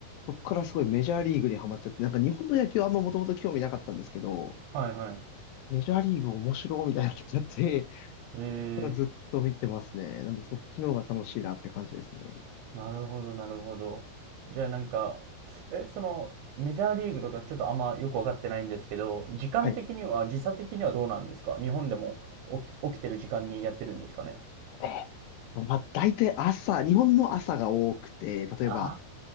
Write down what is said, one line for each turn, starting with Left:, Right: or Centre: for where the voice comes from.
Left: そこからすごいメジャーリーグにハマっちゃって、なんか日本の野球はあんまもともと興味なかったんですけど、
Right: はいはい。
Left: メジャーリーグ面白いみたいになっちゃって、
Right: え
Left: それからずっと見てますね。なんでそっちの方が楽しいなって感じですね。
Right: ー、なるほどなるほど。じゃあなんか、え、その、メジャーリーグとかちょっとあんまよくわかってないんですけど、時間的には、
Left: はい。
Right: 時差的にはどうなんですか日本でも起き、起きてる時間にやってるんですかね
Left: えーっと、まあ大体朝、日本の朝が多くて、例えば、
Right: あ